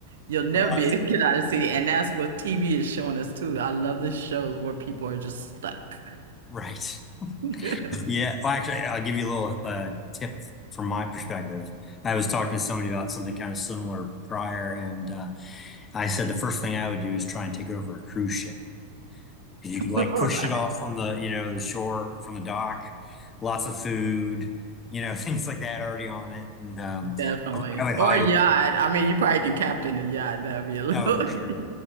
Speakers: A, on the right; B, on the left.
A: You'll never
B: Uh,
A: be able to get out of the city, and that's what TV is showing us too. I love the shows where people are just stuck.
B: right. <laughs>
A: <laughs>
B: Yeah. Well, actually, I'll give you a little uh, tip from my perspective. I was talking to somebody about something kind of similar prior, and uh, I said the first thing I would do is try and take over a cruise ship. 'Cause you could like
A: Right.
B: push it off from the, you know, the shore or from the dock, lots of food, you know, <laughs> things like that already on it. And um,
A: Definitely,
B: I would
A: or
B: hide.
A: a yacht. I mean, you probably can captain a yacht. That'd be a little
B: Oh, sure.
A: <laughs>